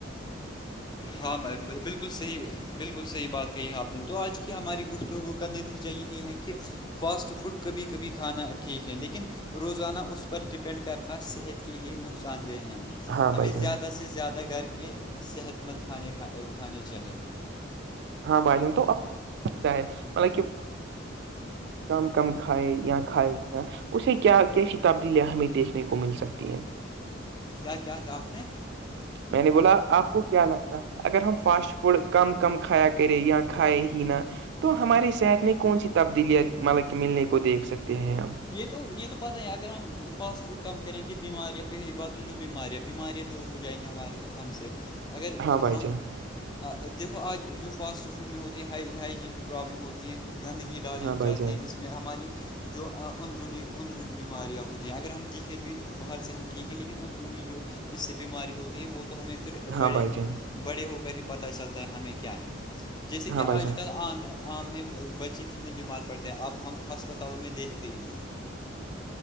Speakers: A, on the left; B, on the right.
A: ہاں میں بالکل صحیح بالکل صحیح بات کہی آپ نے تو آج کی ہماری گفتگو کا نتیجہ یہی ہے کہ فاسٹ فوڈ کبھی کبھی کھانا ٹھیک ہے لیکن روزانہ اس پر ڈپینڈ کرنا صحت کے لیے نقصان دہ ہیں
B: ہاں بھائی
A: ہمیں
B: جان
A: زیادہ سے زیادہ گھر کے صحت مند کھانے کھ کھانے چاہیے
B: ہاں بھائی جان توتا ہے مطلب کہ کم کم کھائے یہاں کھائے گ نا اسے کیا کیسی تبدیلیاں ہمیں دیکھنے کو مل سکتی ہیں
A: کیا کیا کہ آپ نے
B: میں نے بولا آپ کو کیا لگتا ہے اگر ہم فاسٹ فوڈ کم کم کھایا کرے یااں کھائے ہی نا تو ہماری صحت میں کون سی تبدیلیت مطلب کہ ملنے کو دیکھ سکتے ہیں ہم
A: یہ تو یہ تو پتہ ہے اگر ہم فاسٹ فوڈ کم کریں کہ بیماریاں پہلی بار تو جو بیماریاں بیماریاں تو دور ہو جائیں گے ہمارے ہم سے اگر
B: ہاں بھائی
A: ہم
B: جان
A: دیکھو آج جو فاسٹ فوڈ میں ہوتی ہیں ہ ہائجین کی پرابلم ہوتی ہیں گندگی ڈالی
B: ہاں بھائی
A: جاتی
B: جان
A: ہیں اس میں ہماری جو اندرونی اندرونی بیماریاں ہوتی ہیں اگر ہم دکھیں بھی باہر سے ہم ٹھیک ہیں لیکن اندرونی جو اس سے بیماری ہوتی ہے وہ تو ہمیں پھر
B: ہاں
A: بڑے
B: بھائی جان
A: بڑے ہو کر ہی پتہ چلتا ہے ہمیں کیا ہے جیسے کہ
B: ہاں
A: آج
B: بھائی جان
A: کل عام عام ہے بچے کتنے بیمار پڑتے ہیں اب ہم تو ہسپتالوں میں دیکھ پ ہیں